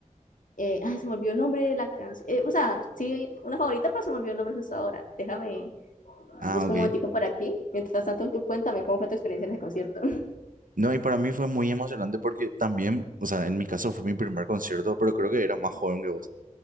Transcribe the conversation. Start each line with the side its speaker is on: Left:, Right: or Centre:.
Left: eh, ay, se me olvidó el nombre de la canción. Eh, o sea, sí, una favorita, pero se me olvidó el nombre justo ahora. Déjame,
Right: Ah,
Left: busco
Right: ok.
Left: un momentico por aquí. Mientras tanto, tú cuéntame cómo fue tu experiencia en ese concierto. <laughs>
Right: No, y para mí fue muy emocionante porque también, o sea, en mi caso fue mi primer concierto, pero creo que era más joven que vos.